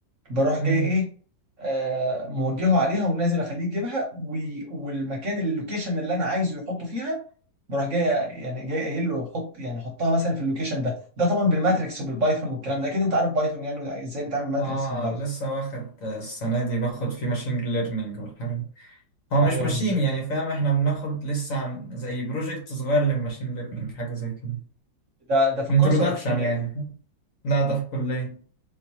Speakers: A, on the right; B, on the left.
A: بروح
B: مم.
A: جاي ايه آه موجهه عليها ونازل اخليه يجيبها وي- والمكان اللوكيشن اللي انا عايزه يحطه فيها بروح جاي يعني جاي قايل له حط يعني حطها مثلا في اللوكيشن ده ده طبعا بالماتريكس وبالبايثون والكلام ده اكيد انت عارف بايثون يعني ازاي بتعمل ماتريكس
B: اه
A: في البايثون
B: لسه واخد السنة دي باخد فيه ماشين ليرنينج والحاجة دي هو مش
A: ايوه
B: ماشين
A: بالظبط
B: يعني فاهم احنا بناخد لسه عن زي بروجكت صغير للماشين ليرنينج حاجة زي كده
A: ده ده في الكورس
B: انترودكشن
A: ولا في الكليه
B: يعني لا ده في الكلية